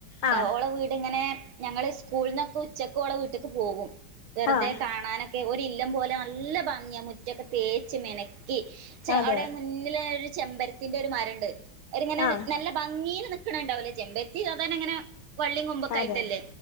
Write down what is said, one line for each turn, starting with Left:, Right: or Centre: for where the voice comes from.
Left: ആഹ്
Right: ഓളെ വീട് ഇങ്ങനെ ഞങ്ങള് സ്കൂളിൾന്നൊക്കെ ഉച്ചക്ക് ഓളെ വീട്ട്ക്ക് പോകും വെറുതെ
Left: ആഹ്
Right: കാണാനൊക്കെ ഒരില്ലം പോലെ നല്ല ഭംഗിയാ മുറ്റൊക്കെ തേച്ച് മെനക്കി ച്ചെ
Left: അതെ
Right: അവിടെ മുന്നിലൊ ഒരു ചെമ്പരത്തിന്റൊരു മരണ്ട്. ഒര് ങ്ങനെ
Left: ആഹ്
Right: നല്ല ഭംഗീൽ നിക്കണണ്ടാവല്ലോ ചെമ്പര്ത്തി സാധാരണങ്ങനെ വള്ളീം കൊമ്പൊക്കായ്ട്ടല്ലേ
Left: അതെ